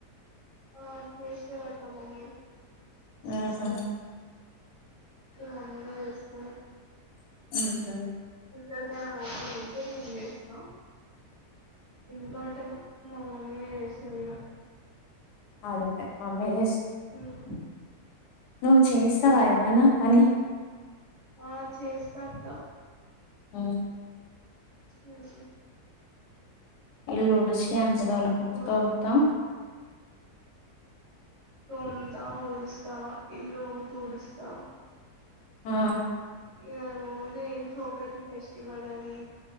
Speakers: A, on the right; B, on the left.
A: ఆ చేస్తా అక్క మమ్మీ.
B: ఆహా.
A: మమ్మీని వేస్తుంది.
B: Who, who.
A: కడతేనే మొగులు ఉంట నేను చేస్తా. ఇంట్లో అంటే మా మమ్మీనే చేస్తదిగా
B: అది ప మామీ చేస్
A: ఉహు
B: నువ్వు చేస్తావా ఏమన్న పని
A: ఆ చేస్తక్క
B: ఉమ్
A: ఉమ్
B: ఇల్లు ఉడిషి అంట్లు
A: ఆ,
B: తోముతా.
A: తొంత, ఊడుస్తా, ఇల్లు తుడుస్తా
B: ఆ
A: ఇగ రోజ ఇంకొకటి ఫెస్టివల్ అని,